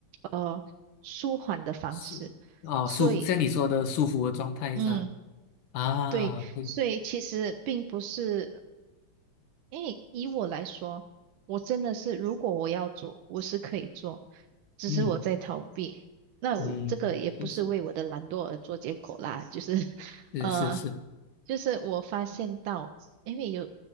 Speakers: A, on the right; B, on the left.
A: 呃舒缓的方式。
B: 是啊，
A: 所以，
B: 舒像你说的舒服的状态是吧
A: 嗯，
B: 啊，
A: 对，
B: 会，
A: 所以其实并不是。因为以我来说，我真的是，如果我要做，我是可以做，只是我在逃避。
B: 嗯
A: 那我这个也不是为我的懒惰而做借口啦，
B: 嗯，就是
A: 就是，<laughs>
B: 是是是，
A: 呃，就是我发现到，因为有